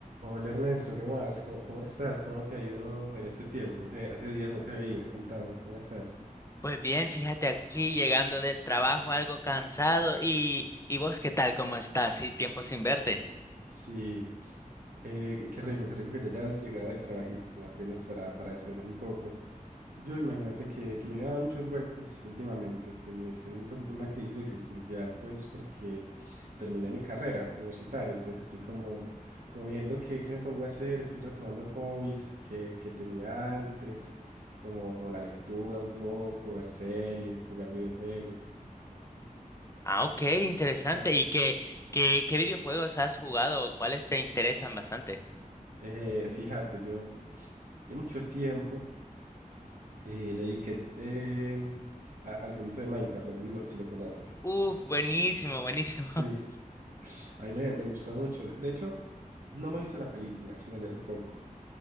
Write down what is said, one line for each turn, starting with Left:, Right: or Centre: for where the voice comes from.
Right: Hola Ernesto, ¿qué más? ¿Cómo, cómo estás? ¿Cómo te ha ido en este tiempo? Hace, hace días no te veía, contame, ¿cómo estás?
Left: Pues bien, fíjate aquí llegando del trabajo algo cansado y, y vos qué tal, cómo estás, sí, tiempo sin verte.
Right: Sí, eh, qué rico, qué rico que ya hayas llegado del trabajito, apenas para, para descansar un poco. Yo imagínate que, que me iba a dar muchas vueltas últimamente. Estoy, estoy un poquito en una crisis existencial, pues, porque terminé mi carrera universitaria. Entonces estoy como, como viendo qué, qué me pongo a hacer. Estoy retomando hobbies que, que tenía antes, como, como la lectura un poco, ver series, jugar videojuegos.
Left: Ah, ok, interesante.
Right: Ajá. <laughs>
Left: ¿Y qué, qué, qué videojuegos has jugado? ¿Cuáles te interesan bastante?
Right: Eh, fíjate, yo, yo mucho tiempo eh, le dediqué em, a- al jueguito de Minecraft. No sé si lo, si lo conoces.
Left: Uf, buenísimo, buenísimo.
Right: Sí. A mí me, me gusta mucho. De hecho, no me he visto la película que salió hace poco,